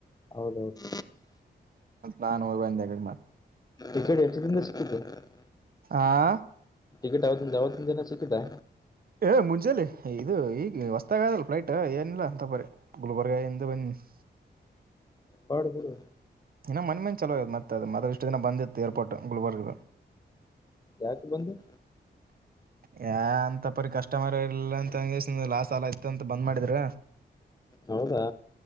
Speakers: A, on the left (about 20°); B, on the right (about 55°).
A: ಹೌದೌದು.
B: ನಾನ್ ಹೋಗಿ ಬಂದೆ <unintelligible>
A: ಇಕಡಿ ಎಷ್ಟ <unintelligible>
B: ಆ
A: ಟಿಕಿಟ್ ಅವತ್ತದಿನ ಅವತ್ತೆದಿನ ಸಿಕಿತ್ತಾ.
B: ಏ ಮುಂಜಾಲೆ ಇದು ಈಗ ಹೊಸ್ಥಾಗಿ ಆದಲ್ಲ ಪ್ಲೈಟ್ ಏನಿಲ್ಲ ಅಂತ ಪರಿ ಗುಲ್ಬರ್ಗ ಇಂದ ಬದಿನಿ. <inaudible>
A: ಪಾಡ್ ಬಿಡು.
B: ಇನ್ ಮನ್ನಿ ಮನ್ನಿ ಚಾಲು ಆಗ್ಯಾದ ಮತ್ತ ಇಷ್ಟು ದಿನ ಬಂದಿತ್ತು ಏರ್ಪೋರ್ಟ್ ಗುಲ್ಬರ್ಗ್ದಗ.
A: ಯಾಕ ಬಂದಿತ್ತ.
B: ಯ ಅಂತಪ್ಪರಿ ಕಸ್ಟಮರ್ ಇರ್ಲಿಲ್ಲ ಅಂತಂಗಸಿದ್ ಲಾಸ್ ಆಲತಿತಂತ್ ಬಂದ್ ಮಾಡಿದ್ರ.
A: ಹೌದಾ